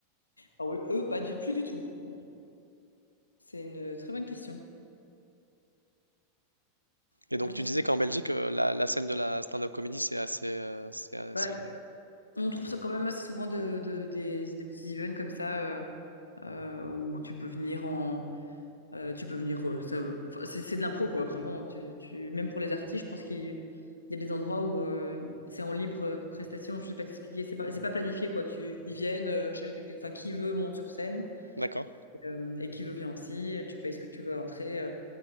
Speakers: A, on the left; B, on the right.
A: Ah oui, eux, pas du plus du tout. Ouais. C'est une très bonne question.
B: Et donc
A: Non,
B: tu
A: je sais
B: disais qu'en Belgique, euh, la, la scène de la stand-up comedy, c'est assez, euh, c'est assez...
A: pas. Ouais. On trouve ça quand même assez souvent de, de- des, des petits events comme ça euh, euh, où tu peux venir en. euh, tu peux venir. euh, ça- enfin, c'est c'est de l'impro, quoi, vraiment. Tu, tu- même pour les artistes, je pense qu'il il y a des endroits où euh, c'est en libre euh, prestation. Je sais pas t'expliquer. C'est pas, c'est pas planifié, quoi. Tu, ils viennent, euh, chaque- enfin, qui veut monte sur scène.
B: D'accord.
A: euh, et qui veut vient aussi. Tu payes ce que tu veux à l'entrée. euh,